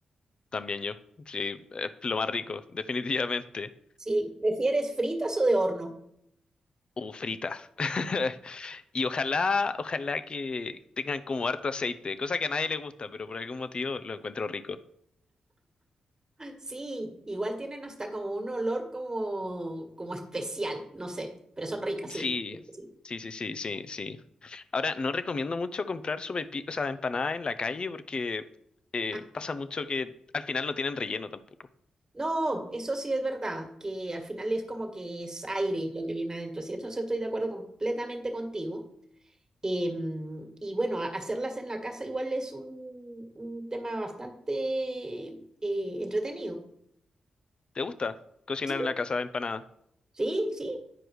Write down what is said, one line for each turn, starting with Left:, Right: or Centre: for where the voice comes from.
Left: También yo. Sí, es lo más rico, <laughs> definitivamente.
Right: Sí, ¿prefieres fritas o de horno?
Left: o fritas. <laughs> Y ojalá, ojalá que tengan como harto aceite, cosa que a nadie le gusta, pero por algún motivo lo encuentro rico.
Right: Sí, igual tienen hasta como un olor como, como especial, no sé, pero son ricas,
Left: Sí,
Right: sí. Sí.
Left: sí, sí, sí, sí, sí. Ahora, no recomiendo mucho comprar sopaipillas, o sea, empanadas en la calle porque eh,
Right: Ah,
Left: pasa mucho que al final no tienen relleno tampoco.
Right: no, eso sí es verdad, que al final es como que es aire lo que viene adentro. Sí, entonces estoy de acuerdo completamente contigo. Em, y bueno, a- hacerlas en la casa igual es un, un tema bastante eh, entretenido.
Left: ¿Te gusta cocinar
Right: Sí,
Left: en la casa de empanadas?
Right: sí, sí.